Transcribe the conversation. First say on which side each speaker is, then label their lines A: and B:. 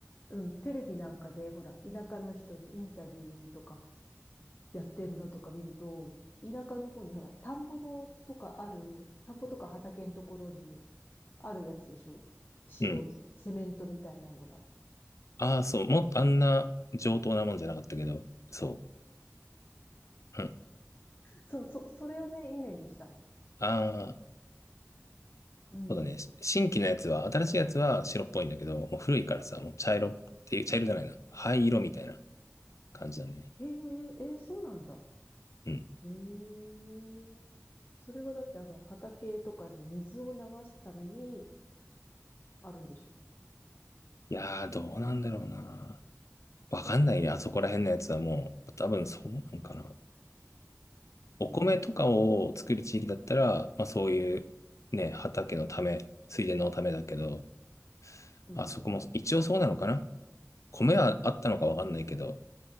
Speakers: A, on the left; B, on the left.
A: うん、テレビなんかで、ほら、田舎の人にインタビューとかやってんのとか見ると、田舎の方にほら、田んぼのとかある、田んぼとか畑のところにあるやつでしょ白いセメントみたいなのが。
B: うん。ああ、そう。もっとあんな上等なもんじゃなかったけど、そう。うん。
A: そう、そ、それをね、イメージしたの。
B: ああ、
A: うん。
B: そうだね。し新規のやつは、新しいやつは白っぽいんだけど、もう古いからさ、もう茶色っていう、茶色じゃないな。灰色みたいな感じだね。
A: ええええそうなんだ。
B: うん。
A: ええそれはだってあの、畑とかに水を流すためにあるんでしょ
B: いやー、どうなんだろうな。わかんないね。あそこら辺のやつはもう、多分そうなんかな。お米とかを作る地域だったら、
A: えうん
B: まあそういうね、畑のため、水田のためだけど、
A: うん。
B: あそこも一応そうなのかな米はあったのかわかんないけど、